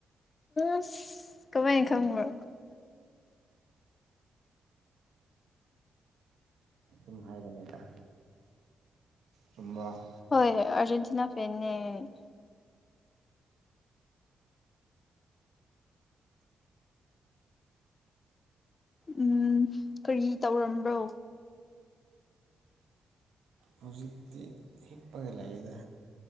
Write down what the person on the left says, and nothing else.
ꯑꯁ ꯀꯃꯥꯏꯅ ꯈꯪꯕ꯭ꯔꯥ
ꯍꯣꯏ ꯑꯔꯖꯦꯟꯇꯤꯅꯥ ꯐꯦꯟꯅ‌ꯦ ꯎꯝꯝ ꯀꯔꯤ ꯇꯧꯔꯝꯕ꯭ꯔꯣ?